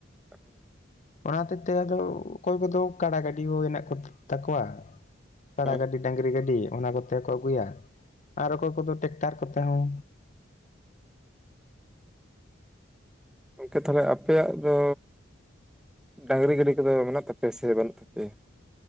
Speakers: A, in the centre; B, on the left (about 40°).
A: ᱦᱩᱸ᱾
B: ᱚᱱᱟ ᱦᱚᱛᱮᱜ ᱛᱮ ᱟᱫᱚ ᱚᱠᱚᱭ ᱠᱚᱫᱚ ᱠᱟᱰᱟ ᱜᱟᱹᱰᱤ ᱦᱚᱸ ᱦᱮᱱᱟᱜ ᱠᱚ ᱛᱟᱠᱚᱣᱟ᱾ ᱠᱟᱰᱟ
A: ᱦᱮᱸ
B: ᱜᱟᱹᱰᱤ ᱰᱟᱺᱝᱨᱤ ᱜᱟᱹᱰᱤ ᱚᱱᱟ ᱠᱚᱛᱮ ᱠᱚ ᱟᱹᱜᱩᱭᱟ ᱟᱨ ᱚᱠᱚᱭ ᱠᱚᱫᱚ ᱴᱮᱠᱴᱟᱨ ᱠᱚᱛᱮ ᱦᱚᱸ᱾
A: ᱜᱚᱢᱠᱮ ᱛᱟᱦᱚᱞᱮ ᱟᱯᱮᱭᱟᱜ ᱫᱚ ᱰᱟᱺᱝᱨᱤ ᱜᱟᱹᱰᱤ ᱠᱚᱫᱚ ᱢᱮᱱᱟᱜ ᱛᱟᱯᱮᱭᱟ ᱥᱮ ᱵᱟᱹᱱᱩᱜ ᱛᱟᱯᱮᱭᱟ?